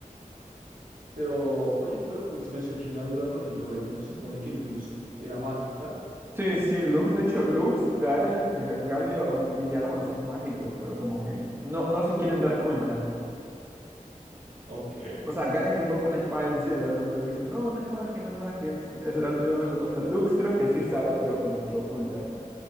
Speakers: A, on the right (about 85°); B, on the right (about 15°).
A: Pero, oye, pero uy, se me surgió una duda con el lore. ¿No se supone que Lux era mágica?
B: Sí, sí, Lux, de hecho, Lux, Garen, Gl- Galio y Jarvan son mágicos, pero como que no, no se quieren dar cuenta.
A: Ok.
B: O sea, Karen invoca una espada del cielo, ¿no? Pero dice, no, no es magia, no es magia, es, es era de una cosa. Lux creo que sí sabe, pero como que lo oculta.